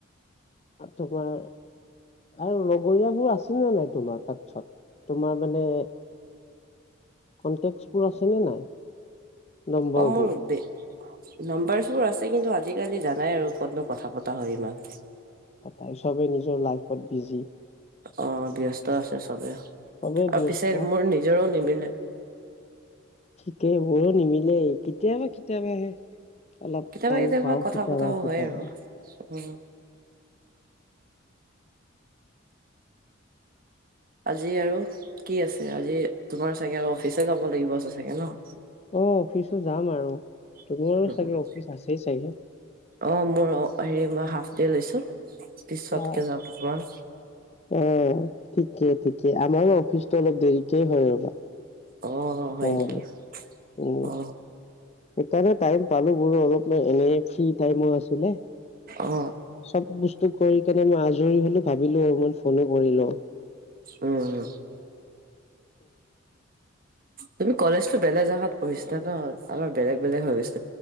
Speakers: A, on the left; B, on the right.
A: তোমাৰ আৰু লগৰীয়াবোৰ আছে নে নাই তোমাৰ তাতছত? তোমাৰ মানে কণ্টেক্টছবোৰ আছে নে নাই? নম্বৰবোৰ
B: অ', মোৰ বে, নম্বাৰ্চবোৰ আছে কিন্তু আজিকালি জানাই আৰু ক'তনো কথা পত <unintelligible> ইমান।
A: তাই চবে নিজৰ লাইফত বিজি।
B: অ', ব্যস্ত আছে চবে।
A: চবে
B: আৰু
A: ব্যস্ত
B: পিছে মোৰ নিজৰও নিমিলে।
A: <unintelligible> মোৰো নিমিলেই কেতিয়াবা কেতিয়াবাহে। অলপ
B: কেতিয়াবা
A: টাইম
B: কেতিয়াবা
A: পাওঁ
B: কথা
A: কেতিয়াবা
B: পতাও
A: কেতিয়াবা।
B: হয় আৰু উম। আজি আৰু কি আছে? আজি তোমাৰ চাগে আৰু অফিচ যাব লাগিব আছে চাগে ন'?
A: অ', অফিচো যাম আৰু। তোমাৰো
B: <unintelligible>
A: চাগে অফিচ আছেই চাগে
B: অ', মোৰ অ', হেৰি মই হাফ ডে লৈছোঁ। পিছতকে
A: অ
B: যাম অকমান।
A: অ ঠিকে ঠিকে, আমাৰ অফিচটো অলপ দেৰিকে হয় ৰ'বা।
B: অ
A: <unintelligible>
B: হয় নেকি
A: উম।
B: অ
A: সেইকাৰণে টাইম পালোঁ বোৰো অলপ এনে ফ্ৰী টাইমো আছিলে।
B: অ
A: চব বস্তু কৰিকেনে মই আজৰি হলো ভাবিলো অমান ফোনে কৰি লওঁ।
B: উম তুমি কলেজটো বেলেগ জগাত পঢ়িছিলা ন অলপ বেলেগ বেলেগ হৈ গৈছ